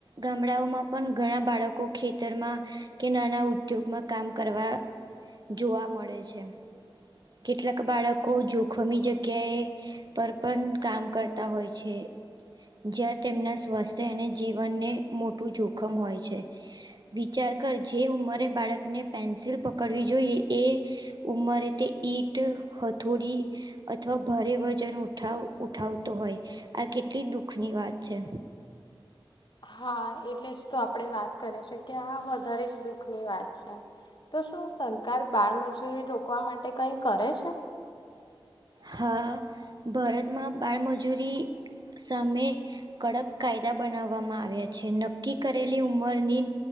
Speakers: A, on the right (about 50°); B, on the left (about 55°).
A: ગામડાઓમાં પણ ઘણા બાળકો ખેતરમાં કે નાના ઉદ્યોગમાં કામ કરવા જોવા મળે છે. કેટલાક બાળકો જોખમી જગ્યાએ પર પણ કામ કરતા હોય છે. જ્યાં તેમના સ્વાસ્થ્ય અને જીવનને મોટું જોખમ હોય છે. વિચાર કર જે ઉંમરે બાળકને પેન્સિલ પકડવી જોઈએ એ ઉમરે તે ઈટ હથોડી અથવા ભારે વજન ઉ ઠાવ ઉઠાવતો હોય આ કેટલી દુઃખની વાત છે.
B: હા, એટલે જ તો આપડે વાત કરે છે કે આ વધારે જ દુઃખ ની વાત હોય. તો શું સરકાર બાળમજૂરી રોકવા માટે કંઈ કરે છે?
A: હા ભારતમાં બાળમજૂરી સામે કડક કાયદા બનાવવામાં આવ્યા છે નક્કી કરેલી ઉંમરની